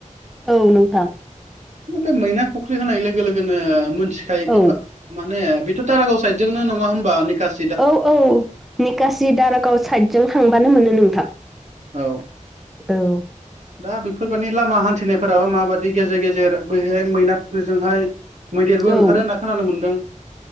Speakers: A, in the centre; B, on the right.
A: औ नोंथां।
B: बे मैना फुख्रि होनाय लोगो-लोगो नो मोनथिखायोखैबा
A: औ
B: माने बेथ' दारागाव साइदजोंनो नङा होमबा निकास?
A: औ-औ निकासि दारागाव साइदजों थांबानो मोनो नोंथां।
B: औ
A: औ
B: दा बेफोरबायदि लामा हान्थिनायफोराबो माबादि गेजेर गेजेर बैहाय मैना थुख्रिजोंहाय मैदेरबो ओंखारो
A: औ
B: होनना खोनानो मोन्दों?